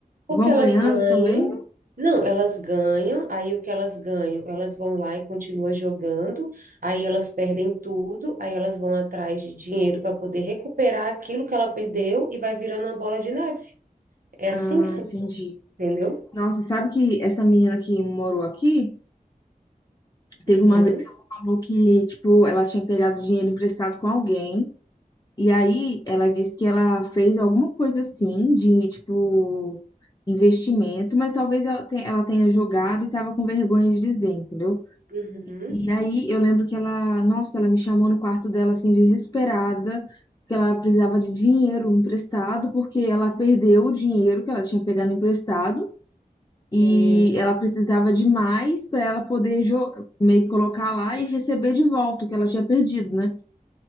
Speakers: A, on the right; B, on the left.
A: Porque
B: vão
A: elas
B: ganhando
A: ganham,
B: também.
A: não, elas ganham, aí o que elas ganham? Elas vão lá e continuam jogando, aí elas perdem tudo, aí elas vão atrás de dinheiro para poder recuperar aquilo que ela perdeu e vai virando uma bola de neve. É assim
B: Ah,
A: que funciona,
B: entendi.
A: entendeu?
B: Nossa, sabe que essa menina que morou aqui? Teve
A: Uhum,
B: uma vez que ela falou que, tipo, ela tinha pegado dinheiro emprestado com alguém. E aí ela disse que ela fez alguma coisa assim de, tipo, investimento, mas talvez ela tenha, ela tenha jogado e tava com vergonha de dizer, entendeu?
A: uhum,
B: E aí eu lembro que ela, nossa, ela me chamou no quarto dela assim, desesperada, porque ela precisava de dinheiro emprestado, porque ela perdeu o dinheiro que ela tinha pegado emprestado e
A: meu,
B: ela precisava de mais para ela poder jo- meio que colocar lá e receber de volta o que ela tinha perdido, né?